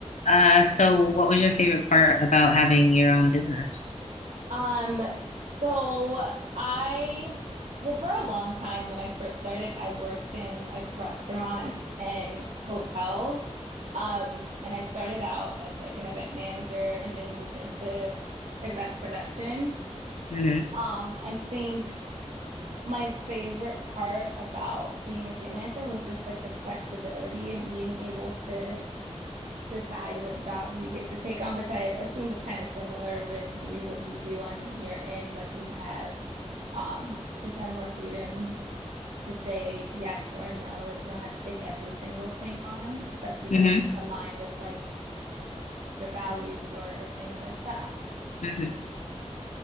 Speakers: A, on the left (about 80°); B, on the right (about 75°).
A: Uh, so what was your favorite part about having your own business?
B: Um, so I, well, for a long time when I first started, I worked in like restaurants and hotels. Um, and I started out as like an event manager and then moved into event production.
A: Mm-hmm.
B: Um, I think my favorite part about being a freelancer was just like the flexibility and being able to decide what jobs you get to take on, which I assume is kind of similar with maybe what you do on your end. Like you have um just have more freedom to say yes or no. Like you don't have to take every single thing on, especially if
A: Mm-hmm.
B: it doesn't align with like your values or, or things like that.
A: Mm-hmm.